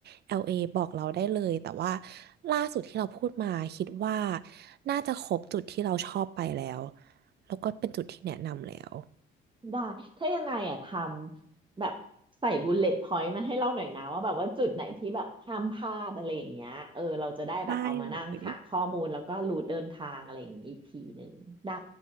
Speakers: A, on the right; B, on the right.
A: LA บอกเราได้เลยแต่ว่าล่าสุดที่เราพูดมาคิดว่าน่าจะครบจุดที่เราชอบไปแล้วแล้วก็เป็นจุดที่แนะนำแล้ว
B: ได้ถ้ายังไงอ่ะทำแบบใส่บุลเลต์พอยต์มาให้เราหน่อยนะว่าแบบว่าจุดไหนที่แบบห้ามพลาดอะไรอย่างเงี้ยเออเราจะได้แบบเอามานั่งหาข้อมูลแล้วก็รูทเดินทางอะไรอย่างงี้อีกทีหนึ่งได้
A: ได้เลย